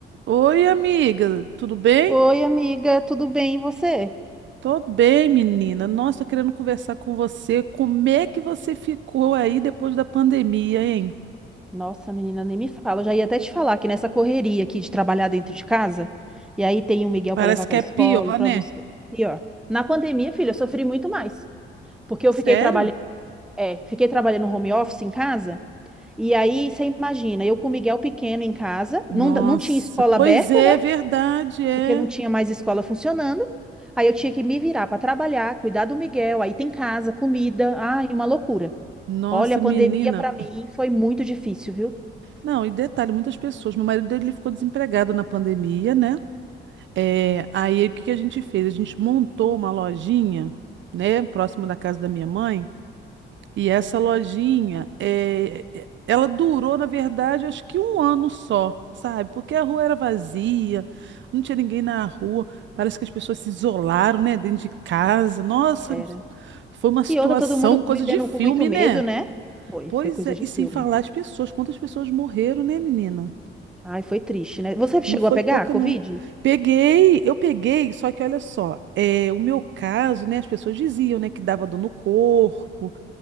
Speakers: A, on the right; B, in the centre.
A: Oi, amiga, tudo bem?
B: Oi, amiga, tudo bem? E você?
A: Tô bem, menina. Nossa, tô querendo conversar com você. Como é que você ficou aí depois da pandemia, hein?
B: Nossa, menina, nem me fala. Eu já ia até te falar que nessa correria aqui de trabalhar dentro de casa, e aí tem o Miguel
A: Parece
B: para levar para
A: que é
B: escola,
A: pior,
B: para
A: né?
B: buscar. e ó, Na pandemia, filha, eu sofri muito mais, porque eu
A: Sério?
B: fiquei trabalhando, é, fiquei trabalhando home office em casa, e aí você imagina, eu com o Miguel pequeno em casa,
A: Nossa,
B: não, da- não tinha escola
A: pois
B: aberta,
A: é,
B: né?
A: verdade, é.
B: Porque não tinha mais escola funcionando. Aí eu tinha que me virar para trabalhar, cuidar do Miguel, aí tem casa, comida, ai, uma loucura.
A: Nossa,
B: Olha, a
A: menina.
B: pandemia para mim foi muito difícil, viu?
A: Não, e detalhe, muitas pessoas. Meu marido dele ele ficou desempregado na pandemia, né? É, aí o que que a gente fez? A gente montou uma lojinha, né, próximo da casa da minha mãe. E essa lojinha, é, é- ela durou, na verdade, acho que um ano só, sabe? Porque a rua era vazia, não tinha ninguém na rua, parece que as pessoas se isolaram, né, dentro de casa. Nossa,
B: Era.
A: foi uma situação,
B: E outra, todo mundo
A: coisa
B: vivendo
A: de filme,
B: com muito medo,
A: né?
B: né? Foi,
A: Pois
B: foi coisa
A: é,
B: de
A: e
B: filme.
A: sem falar as pessoas, quantas pessoas morreram, né, menina?
B: Ai, foi triste, né? Você chegou
A: Não foi
B: a pegar
A: pouca,
B: a Covid?
A: não. Peguei, eu peguei, só que olha só, é, o meu caso, né, as pessoas diziam, né, que dava dor no corpo,